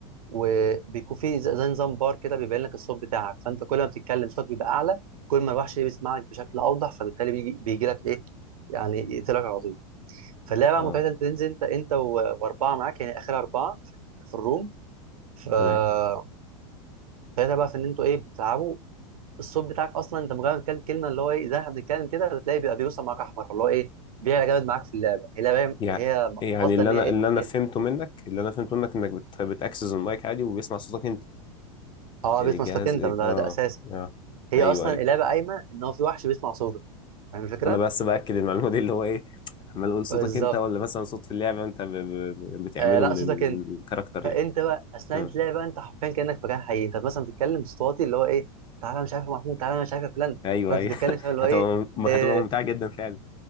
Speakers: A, on the right (about 80°); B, on the left (about 25°).
A: وبيكون في زي زي نظام بار كده بيبين لك الصوت بتاعك فانت كل ما بتتكلم صوتك بيبقى اعلى كل ما الوحش إيه بيسمعك بشكل اوضح فبالتالي بيجي بيجي لك ايه يعني يقتلك على طول فاللعبه
B: اه
A: بقى متعتها انت تنزل انت انت و- واربعه معاك يعني اخر اربعه في في الروم فمتعتها
B: تمام
A: بقى في ان انتوا ايه بتلعبوا الصوت بتاعك اصلا انت مجرد كام كلمه اللي هو ايه زي احنا بنتكلم كده بتلاقي بيبقى بيوصل معاك احمر اللي هو ايه بيعلى جامد معاك في اللعبه هي لعبه
B: يع-
A: هي
B: يعني
A: قصدي
B: اللي
A: ان
B: انا
A: هي ايه
B: اللي
A: تعلي
B: انا فهمته
A: ال-
B: منك اللي انا فهمته منك انك بت... بتاكسس المايك عادي وبيسمع صوتك انت
A: اه
B: يعني
A: بيت
B: جهاز
A: مشتاق انت
B: إيه،
A: ده,
B: اه
A: ده اساسي
B: اه
A: هي
B: ايوه
A: اصلا
B: ايوه
A: اللعبه قايمه ان هو في وحش بيسمع صوتك فاهم الفكره؟
B: انا بس باكد المعلومه دي اللي هو ايه عمال اقول صوتك
A: بالظبط
B: انت ولا مثلا صوت في اللعبه انت ب... ب... بتعمله
A: آه لا
B: من,
A: صوتك
B: ال...
A: انت
B: من الكاركتر
A: فانت
B: يعني
A: بقى اثناء
B: اه
A: انت لعبه بقى انت حرفيا كانك في مكان حقيقي انت مثلا بتتكلم صوت واطي اللي هو ايه تعالى مش عارف يا محمود تعالى مش عارف يا فلان
B: ايوه
A: لو انت
B: ايوه
A: بتتكلم
B: <laughs>
A: فاهم اللي
B: هتبقى
A: هو ايه آه،
B: هتبقى ممتعه جدا فعلا